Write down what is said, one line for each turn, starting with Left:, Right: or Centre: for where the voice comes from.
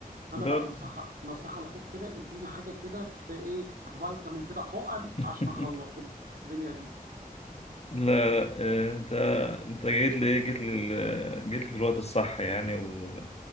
Right: فانا
Left: دول
Right: بقى نصيحه نصيحه لاخوك كده اديني حاجه كده في ايه فيتامين كده حقن
Left: <laughs>
Right: عشان اخلص الدنيا دي
Left: لا لا آه، انت انت جيت لي جيت لي ال- جيت لي في الوقت الصح يعني و...